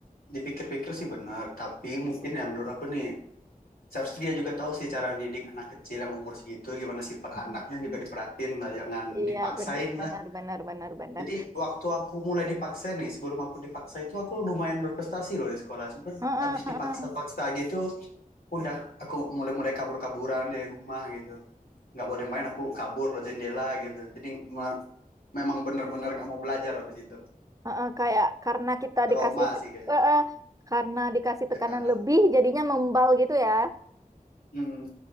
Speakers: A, on the left; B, on the right.
A: dipikir-pikir sih benar, tapi mungkin ya menurut aku nih seharusnya dia juga tahu sih cara mendidik anak kecil yang umur segitu gimana sifat anaknya
B: Hmm.
A: juga diperhatiin lah jangan
B: Iya
A: dipaksain
B: benar benar
A: lah
B: benar benar benar.
A: jadi waktu aku mulai dipaksa nih sebelum aku dipaksa itu aku lumayan berprestasi loh di sekolah cuman
B: Heeh,
A: abis
B: heeh.
A: dipaksa-paksa gitu udah aku mulai-mulai kabur-kaburan dari rumah gitu nggak boleh main aku kabur loh jendela gitu jadi me- memang bener-bener nggak mau belajar abis itu
B: Heeh, kayak karena kita
A: trauma
B: dikasih te-
A: sih kayak
B: heeh, karena dikasih tekanan
A: tekanan
B: lebih jadinya membal gitu ya.
A: hmm,